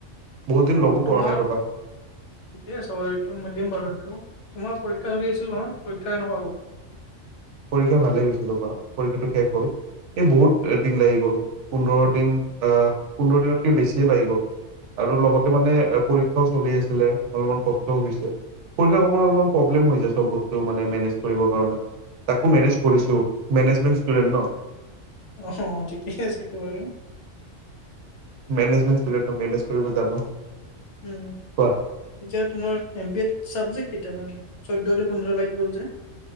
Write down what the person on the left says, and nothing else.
অ
তোমাৰ
ঠিকে আছে বাৰু এইটো মিলিম বাৰু এইটো। তোমাৰ পৰীক্ষা চলি আছিল নহয়, পৰীক্ষা কেনেকুৱা গ'ল?
অ ঠিকেইে আছে এইটো বাৰু-
উ
এতিয়া তোমাৰ এম এড চাবজেক কেতিয়া মানে। চৈধ্যয়তে পোন্ধৰ লাগি গ'ল যে-